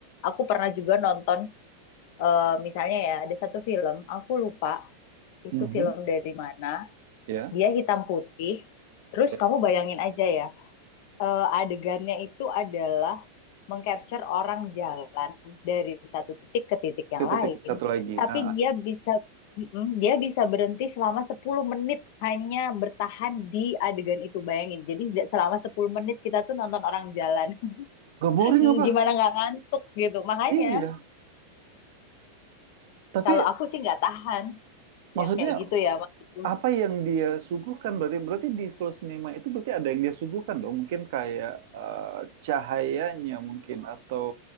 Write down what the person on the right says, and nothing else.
Mhm,
Ya,
ya.
Titik-titik
satu lagi.
Ah, ah.
Gak boring apa?
Iya. Tapi
maksudnya
apa yang dia suguhkan berarti berarti di slow cinema itu berarti ada yang dia suguhkan dong mungkin kayak eh, cahayanya mungkin atau